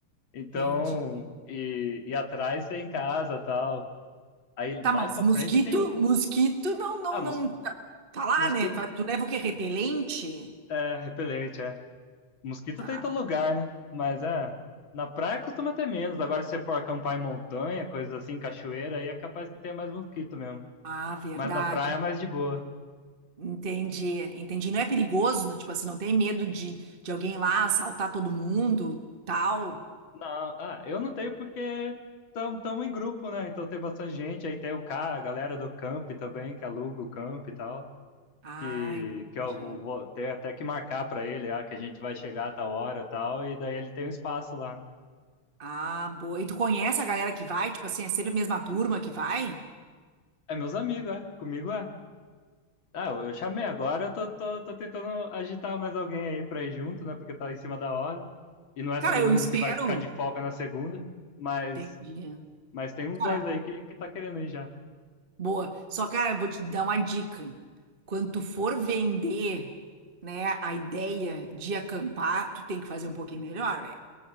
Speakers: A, on the left (about 65°); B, on the right (about 25°).
A: Então,
B: entendi.
A: e, e atrás tem casa e tal. Aí
B: Tá,
A: mais
B: mas
A: pra
B: mosquito,
A: frente tem.
B: mosquito não, não,
A: Ah, mos,
B: não. Tá, tá lá,
A: mosquito
B: né? Tá- Tu leva o quê? Repelente?
A: é repelente, é. Mosquito
B: Tá.
A: tem em todo lugar, né? Mas é. Na praia costuma ter menos. Agora, se você for acampar em montanha, coisas assim, cachoeira, aí é capaz que tenha mais mosquito mesmo.
B: Ah, verdade.
A: Mas na praia é mais de boa.
B: Entendi, entendi. Não é perigoso, tipo assim, não tem medo de, de alguém lá assaltar todo mundo, tal.
A: Não, ah, eu não tenho porque estamos em grupo, né? Então tem bastante gente. Aí tem o cara, a galera do camp também, que aluga o camp e tal.
B: Ah,
A: Que,
B: entendi.
A: que eu vou vou ter até que marcar pra ele, ah, que a gente vai chegar a tal hora e tal. E daí ele tem um espaço lá, né?
B: Ah, boa. E tu conhece a galera que vai? Tipo assim, é sempre a mesma turma que vai?
A: É meus amigos, é. Comigo é. Ah, eu eu chamei agora, eu tô, tô, tô tentando agitar mais alguém aí pra ir junto, né? Porque tá em cima da hora. E não é
B: Cara,
A: todo
B: eu
A: mundo
B: espero.
A: que vai ficar de folga na segunda, mas,
B: Entendi.
A: mas tem uns
B: cara
A: dois aí que, que tá querendo ir já.
B: Boa. Só, cara, vou te dar uma dica. Quando tu for vender, né, a ideia de acampar, tu tem que fazer um pouquinho melhor, velho.